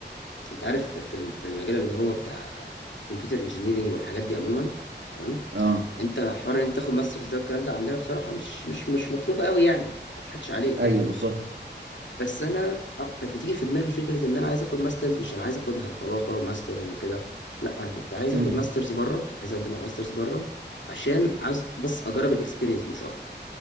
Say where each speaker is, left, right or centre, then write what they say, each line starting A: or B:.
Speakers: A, on the left; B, on the right.
A: انت عارف في ال- في المجال اللي هو بتاع كمبيوتر انجينيرنج والحاجات دي عموما تمام
B: اه
A: انت حوار ان انت تاخد ماسترز ده والكلام ده عندنا بصراحة مش مش مش مطلوب قوي يعني ما اضحكش عليك
B: ايوه بالظبط
A: بس انا أق- كانت بتيجي في دماغي فكره ان انا عايز اخد ماسترز مش انا عايز اخدها وخلاص بقى ماسترز وكده لا انا كنت عايز
B: مم.
A: اخد ماسترز بره عايز اقدم على ماسترز بره عشان عايز بس اجرب الاكسبيرينس مش اكتر